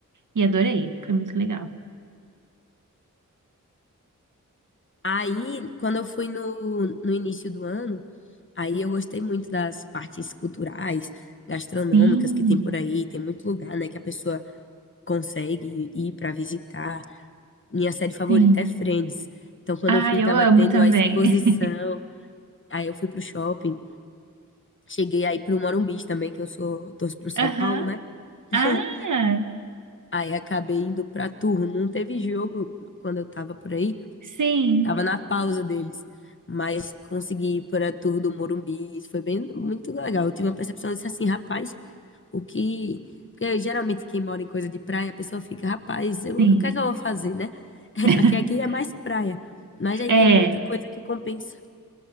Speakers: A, on the right; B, on the left.
A: e adorei, foi muito legal.
B: Aí, quando eu fui no, no início do ano, aí eu gostei muito das partes culturais, gastronômicas
A: Sim,
B: que tem por aí, tem muito lugar, né, que a pessoa consegue ir para visitar. Minha série favorita
A: sim.
B: é Friends. Então, quando
A: Ah,
B: eu fui,
A: eu
B: tava
A: amo
B: tendo
A: também.
B: a exposição. Aí eu fui pro shopping. Cheguei aí pro Morumbi também, que eu sou, torço pro São
A: <laughs> Aham.
B: Paulo, né? <laughs>
A: Ah,
B: Aí acabei indo pra Turro. Não teve jogo quando eu tava por aí.
A: sim,
B: Tava na pausa deles. Mas consegui ir pra Turro do Morumbi. Isso foi bem, muito legal. Eu tive uma percepção disso assim, rapaz, O que. Porque geralmente quem mora em coisa de praia, a pessoa fica, rapaz, eu,
A: sim.
B: o que é que eu vou fazer, né? <laughs>
A: <laughs>
B: Aqui, aqui é mais praia. Mas aí
A: É.
B: tem muita coisa que compensa.